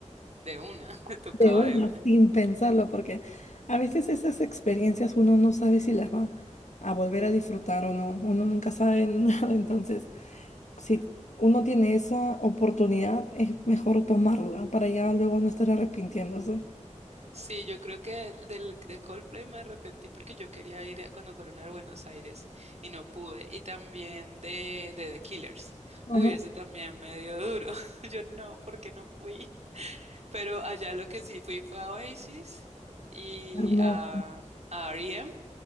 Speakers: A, on the right; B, on the left.
A: De una, <laughs> tocaba
B: De una,
A: de una.
B: sin pensarlo, porque a veces esas experiencias uno no sabe si las va a volver a disfrutar o no. Uno nunca sabe <laughs> nada, entonces si uno tiene esa oportunidad, es mejor tomarla para ya luego no estar arrepintiéndose.
A: Sí, yo creo que del, de Coldplay me arrepentí porque yo quería ir a- cuando fueron a Buenos Aires y no pude. Y también de, de The Killers.
B: Ajá.
A: Uy, eso también me dio duro. <laughs> Yo no, porque no fui. Pero allá lo que sí fui fue a Oasis y
B: Hermoso.
A: a, a R.E.M.